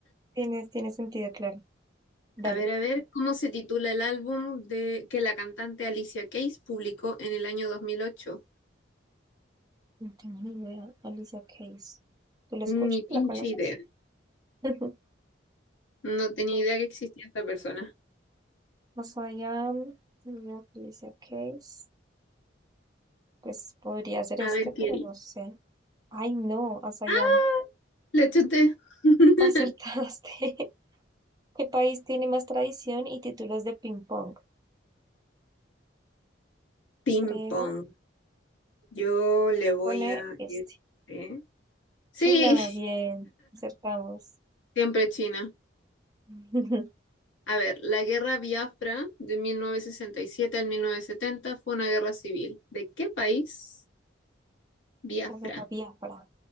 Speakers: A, on the right; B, on the left.
A: Tienes, tiene sentido, claro. Dale.
B: A ver, a ver, ¿cómo se titula el álbum de que la cantante Alicia Keys publicó en el año dos mil ocho.
A: No tengo ni idea. Alicia Keys. ¿Tú la escuchas?
B: Ni
A: ¿La
B: pinche
A: conoces?
B: idea.
A: <laughs>
B: No tenía
A: Bueno,
B: idea que existía esta persona.
A: Más allá, mm, Alicia Keys. Pues podría ser
B: A
A: este,
B: ver
A: pero
B: qué dice.
A: no sé. Ay, no, Asayam.
B: ¡Ah! La chuté. <laughs>
A: Acertaste. <laughs> ¿Qué país tiene más tradición y títulos de ping pong?
B: Ping
A: Creo
B: pong. Yo
A: que
B: le
A: voy a
B: voy
A: poner
B: a
A: este.
B: este. Sí,
A: China, bien, acertamos.
B: <laughs> siempre China.
A: <laughs>
B: A ver, la guerra Biafra de 1967 al 1970 fue una guerra civil. ¿De qué país? Biafra.
A: La guerra Biafra.